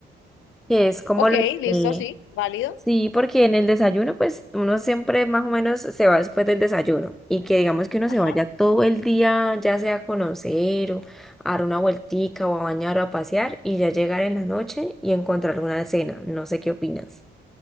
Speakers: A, in the centre; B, on the left.
A: que es como
B: Ok,
A: lo
B: listo,
A: que...
B: sí, válido.
A: Sí, porque en el desayuno, pues uno siempre más o menos se va después del desayuno y que digamos que uno
B: Ajá.
A: se vaya todo el día, ya sea a conocer o a dar una vueltica o a bañar o a pasear y ya llegar en la noche y encontrar una cena. No sé qué opinas.